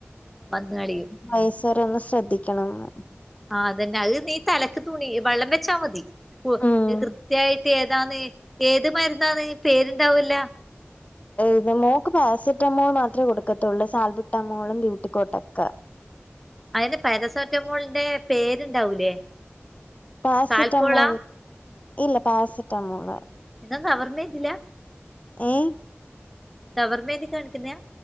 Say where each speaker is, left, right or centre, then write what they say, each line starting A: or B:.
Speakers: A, in the centre; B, on the left.
A: വന്ന് കളിയും.
B: വയസ്സ വരെ ഒന്ന് ശ്രദ്ധിക്കണംന്ന്.
A: ആതന്നെ അത് നീ തലയ്ക്ക് തുണി വെള്ളം ച്ചാ മതി
B: ഉം
A: കൃത്യായിട്ട് ഏതാന്ന് ഏത് മരുന്നന്ന് പേരുണ്ടാവൂല്ല..
B: ഇത് മോക്ക് പാരസെറ്റാമോൾ മാത്രമേ കൊടുക്കത്തുള്ളൂ സാൽബുറ്റാമോളും ബ്യൂട്ടിക്കോട്ടക്കെ..
A: അതിന് പാരസെറ്റമോളിന്റെ പേരുണ്ടാവൂലേ.
B: പാരസിറ്റമോൾ
A: കാൽപോള
B: ഇല്ല പാരസറ്റമോൾ
A: ഇതും നും അവർമ്മച്ചില്ല..
B: ഏഹ..
A: തവർമേന്റി കാണിക്കുന്നയാ..